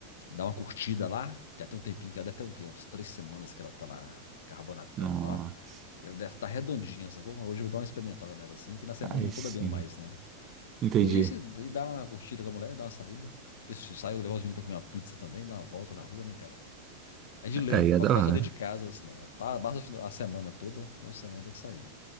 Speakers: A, on the left; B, on the right.
A: Dá uma curtida lá. Tem até um tempinho que ela deve ter o quê? Umas três semanas que ela tá lá carbonatando
B: Nossa,
A: lá. E ela deve estar redondinha, sacou? Hoje eu vou dar uma experimentada nela assim, que na semana
B: aí
A: eu não
B: sim.
A: tô bebendo mais, né?
B: Entendi.
A: E, se, e dá uma curtida com a mulher, dá uma saída. Ver se sai, eu levar os meninos pra comer uma pizza também, dar uma volta na rua, né, cara? É de lei,
B: Aí
A: não
B: é
A: pode
B: da
A: ficar
B: hora.
A: só dentro de casa, assim, não. É, pa- basta a semana toda, é uma semana tem que sair.